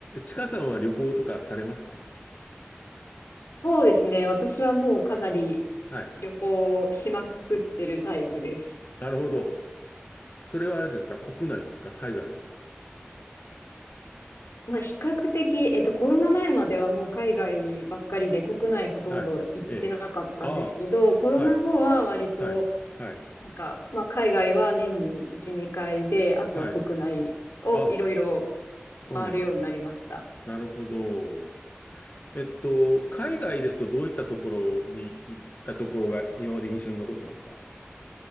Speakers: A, on the left; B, on the left.
A: ちかさんは旅行とかされますか
B: そうですね。私はもうかなり
A: はい。
B: 旅行しまくってるタイプです。
A: なるほど。それはあれですか国内ですか海外ですか
B: まあ比較的、えっとコロナ前まではもう海外ばっかりで国内ほとんど行ってなかったんですけど、
A: はい。ええ。あ
B: コロナ後は割と
A: あ、はい。はい。はい。
B: なんか、まあ海外は年に1、2回で、あとは国内をいろいろ
A: はい。あ、そうなんです。
B: 回るようになりました。
A: なるほど。えっと、海外ですとどういったところに行ったところが今まで印象に残ってますか